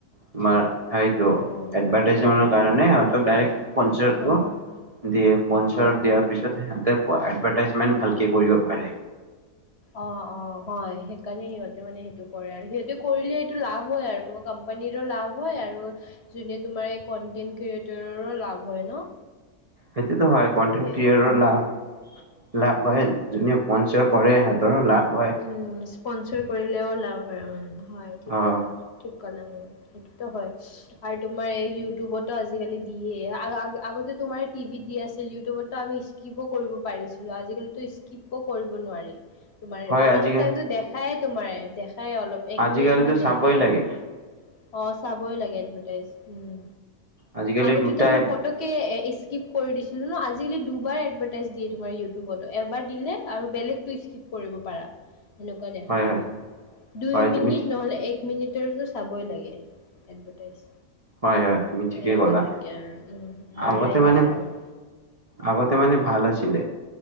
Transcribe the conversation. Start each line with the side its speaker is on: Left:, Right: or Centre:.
Right: তোমাৰ হেইটো
Left: অঁ
Right: এভাৰটাইজেটৰ কাৰণে ইহঁতক দাইৰেক পানচাৰটো
Left: অঁ
Right: দিয়ে পনচাৰ
Left: অঁ
Right: দিয়াৰ পিছত সিহতে প এডভাৰ্টাইজমেণ্ট ভালকে কৰিব পাৰে।
Left: অঁ, অঁ, হয়। সেইকাৰণে সিহঁতে মানে সেইটো কৰে আৰু সিহঁতে কৰিলে সেইটো লাভ হয় আৰু টো কোম্পানীৰো লাভ হয় আৰু যোনে তোমাৰ এই কন্টেন্ট ক্ৰিয়েটৰো লাভ হয় ন?
Right: সেইতোত' হয়। কনটেণ্ট
Left: সেই
Right: ক্ৰিয়েটৰ
Left: উম
Right: লাভ লাভ হয়, যোনে পঞ্চাৰ কৰে সিহঁতৰো লাভ হয়।
Left: উম, স্পনচৰ কৰিলেও লাভ হয়, হয় ঠিক
Right: অ
Left: কলা ঠিক কলা ওম। সেইটো ত' হয়। আৰু তোমাৰ এই ইউটিউবত' আজিকালি দিয়ে আৰু আগ আগতে তোমাৰ টিভিত দি আছিল ইউটিউবতো আমি স্কীপো কৰিব পাৰিছিলোঁ আজিকালিতো স্কিপো কৰিব নোৱাৰি। তোমাৰ
Right: হয়
Left: অলপ
Right: আজিকালি
Left: টাইমতো দেখায়ে তোমাৰে দেখায় অলপ এক
Right: আজিকালিতো
Left: মিনিটমান
Right: চাবই
Left: দেখাই আৰু
Right: লাগে
Left: অঁ চাবই লাগে এডভাৰটাইজ। উম,
Right: আজিকালি
Left: আগতে
Right: দুটাই
Left: ত' যদি আমি পটক কে স্কিপ কৰি দিছিলো ন' আজিকালি দুবাৰ এডভাৰ্টাইজ দিয়ে তোমাৰ ইউটিউবতো এবাৰ দিলে আৰু বেলেগ টো স্কিপ কৰিব পাৰা, সেনেকুৱা দেখাই
Right: হয় হয়
Left: দুই
Right: হয়
Left: মিনিট
Right: তুমি
Left: নহ'লে এক মিনিটৰতো চাবই লাগে এডভাৰটাইজ
Right: হয় হয় তুমি ঠিকেই
Left: সেনেকুৱা
Right: ক'লা
Left: থাকে আৰু উম বাঢ়াই
Right: আগতে মানে
Left: দিছে আৰু
Right: আগতে মানে ভাল আছিলে।